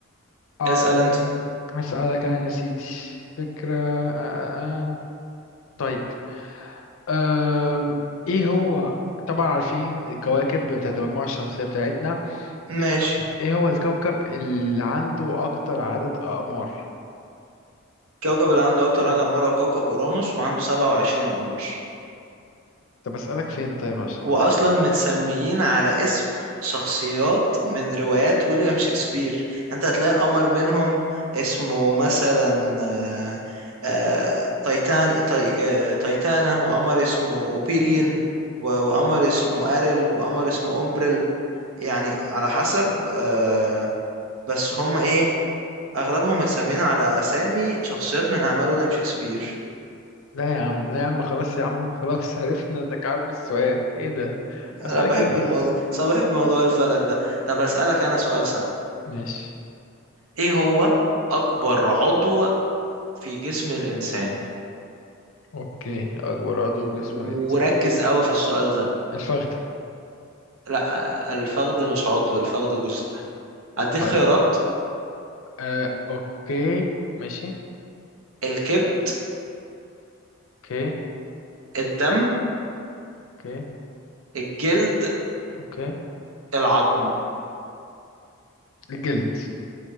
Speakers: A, on the left; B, on the right.
A: أم...
B: اسأل أنت
A: هسألك انا يا سيدي فكرة أم... طيب أم... ايه هو طبعا عارفين الكواكب بتاعت المجموعة الشمسية بتاعتنا مين
B: ماشي
A: ايه هو الكوكب اللي عنده اكتر عدد اقمار
B: كوكب اللي عنده أكتر عدد أقمار هو كوكب أورانوس وعنده 27 قمر
A: طب اسألك فين طيب عشان
B: واصلا
A: ما يعني
B: متسميين على اسم شخصيات من روايات ويليام شكسبير انت هتلاقي قمر منهم اسمه مثلا آه، آه، تايتان تاي- آه، تايتانا وقمر اسمه اوبيريون و- وقمر اسمه اريل وقمر اسمه اومبريل يعني على حسب آه، بس هم ايه اغلبهم متسمين على اسامي شخصيات من اعمال ويليام شكسبير
A: لا يا عم لا يا عم خلاص يا عم <laughs> خلاص عرفنا انك عارف السؤال ايه ده
B: انا
A: اسألك
B: بحب
A: ايه طيب
B: الموضوع صح بحب موضوع الفلك ده طب اسالك انا سؤال
A: ماشي
B: ايه هو اكبر عضو في جسم الانسان
A: اوكي اكبر عضو في
B: وركز
A: جسم الانسان
B: قوي في السؤال ده
A: الفخذة
B: لا الفخذ مش عضو الفخذ جزء هديك
A: طيب
B: خيارات
A: آه، اوكي ماشي
B: الكبد
A: اوكي
B: الدم
A: اوكي
B: الجلد
A: اوكي
B: العظم
A: الجلد